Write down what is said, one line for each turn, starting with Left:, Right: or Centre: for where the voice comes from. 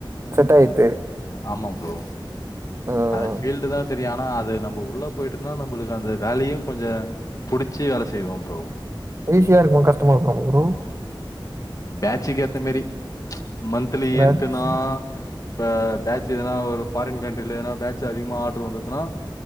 Right: செட் ஆய்த்து
Left: ஆமா ப்ரோ
Right: ம்
Left: அது ஃபீல்டு தா தெரியு ஆனா அது நம் நம்ப உள்ள போயிட்டோனா நம்மளுக்கு அந்த வேலையு கொஞ்ச பிடிச்சி வேலை செய்வோ ப்ரோ
Right: ஈசியா இருக்குமா கஷ்டமா இருக்குமா ப்ரோ
Left: பாச்சுக்கேத்த மாரி மந்த்லி
Right: மேக்ஸ்
Left: என்ட்டுனா ஆ பேட்ச் எதுன்னா ஒரு ஃபாரின் கண்ட்ரியில ஏனா பேட்ச் அதிகமாக ஆர்டர் வந்ததுன்னா